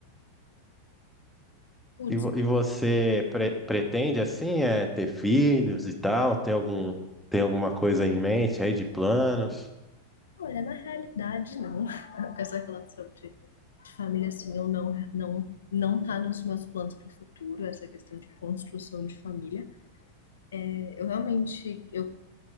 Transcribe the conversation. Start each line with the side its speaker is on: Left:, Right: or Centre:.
Left: Putz,
Centre: E, vo- e você pre- pretende assim é ter filhos e tal? Tem algum tem alguma coisa em mente aí de planos?
Left: olha, na realidade não. <laughs> Com essa relação de, de família assim, eu não, não, não tá nos meus planos para o futuro, essa questão de construção de família. É, Eu realmente, eu